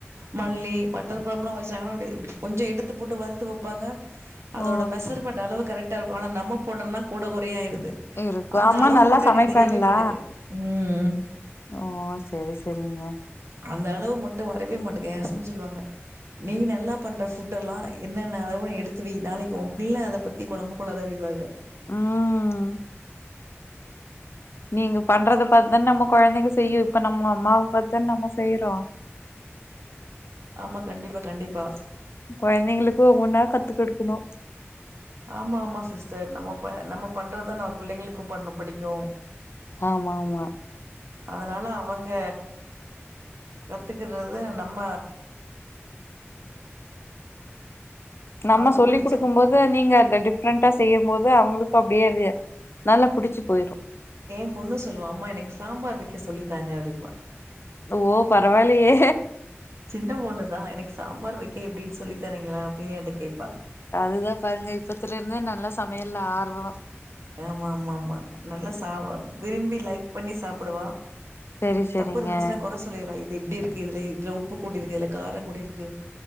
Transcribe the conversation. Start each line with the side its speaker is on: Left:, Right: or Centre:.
Right: மல்லி மட்டன் கொழபல்ல வச்சாங்கான கொஞ்சோ எடு தது போட்டு வறுத்து வொப்பாங்க அதோட
Left: ஓ
Right: மெசர்மெண்ட் அளவு கரெக் டர் போனா அந்த நம்ம போடறன கூட குறையாயிருது து
Left: இருக்கு
Right: அந்த
Left: அம்மா
Right: அளவு
Left: நல்லா
Right: மட்டு
Left: சமைப்பாங்களா?
Right: எனக்கு தெரியவே மட்டேங் ஏ உம்
Left: ஓ சரி சரிங்க.
Right: அந்த அளவு முட்ட வரவே மாட்டேங்க என் ஹஸ்பண்ட் சொல்லுவாங்க நீ நல்லா பண்ற ஃபுட் எல்லா என்னென்ன அளவுனு எடுத்துவை நாளைக்கு ஊ பிள்ளே அத பத்தி கொழம்பு கூடாது அப்டிவாங்க
Left: உம் நீங்க பண்றத பாத்துதானே நம்ம கொழந்தைங்க செய்யு இப்ப நம்ம அம்மாவ பாத்துதானே நம்ம செய்றோ
Right: ஆமா கண்டிப்பா கண்டிப்பா
Left: கொழந்தேங்களுக்கு ஒவ் ஒன்னா கத்துக்குடுக்கணு
Right: ஆமா ஆமா சிஸ்டர் நம்ம ப நம்ம பண்றதா நம்ம பிள்ளைங்களுக்கும் பண்ணு பிடிக்கு
Left: ஆமா ஆமா
Right: அதனால அவங்க கத்துகிறது நம்ம
Left: நம்ம
Right: அவங்களுக்கு
Left: சொல்லி்
Right: பிடிச்ச
Left: குடுக்கும் போது நீங்க அத டிஃப்ரெண்டா செய்யும் போது அவங்களுக் ப அப்டியே அது நல்லா புடிச்சு போயிரு
Right: ஏ பொண்ணு சொல்லுவா அம்மா எனக்கு சாம்பார் வெக்க சொல்லி தாங்க அப்டின்னுவா
Left: ஓ பரவாயில்லயே
Right: சின்ன பொண்ணுதா எனக்கு சாம்பார் வெக்க எப்டின்னுஸ் சொல்லித்தரீங்களா அப்டே என்ட்ட கேப்பா
Left: அதுதா பாருங்க இப்பத்துல இருந்தே நல்லா சமையல்ல ஆர்வொ
Right: ஆமா ஆமா ஆமா நல்லா சாவரம் விரும்பி லைக் பண்ணி சாப்புடுவா
Left: செரி செரிங்க
Right: தப்பு இருந்துச்சுன்னா கொற சொல்லிர்ற இர் இது இப்படி இருக்கு இதுல இதுல உப்பு கூட்டிருக்கு இதுல காரங் கூடி இருக்கு